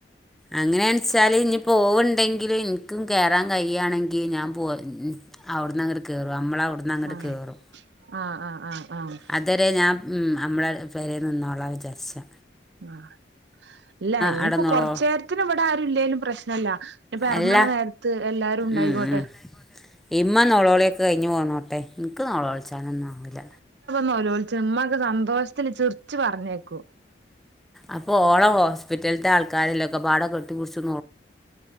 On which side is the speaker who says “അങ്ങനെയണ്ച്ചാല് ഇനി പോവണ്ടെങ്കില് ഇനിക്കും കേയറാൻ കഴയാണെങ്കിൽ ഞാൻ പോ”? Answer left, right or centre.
Centre